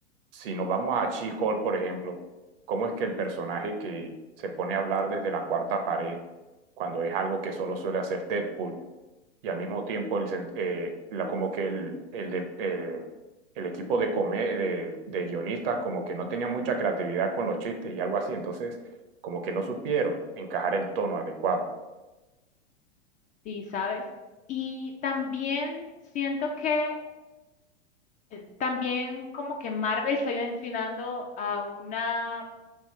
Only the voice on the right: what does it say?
si nos vamos a She-Hulk, por ejemplo, ¿cómo es que el personaje que se pone a hablar desde la cuarta pared, cuando es algo que solo suele hacer Deadpool, y al mismo tiempo el, sen- eh, la, como que el, el, de- eh, el equipo de, come- de, de guionistas como que no tenía mucha creatividad con los chistes y algo así, entonces como que no supieron encajar el tono adecuado.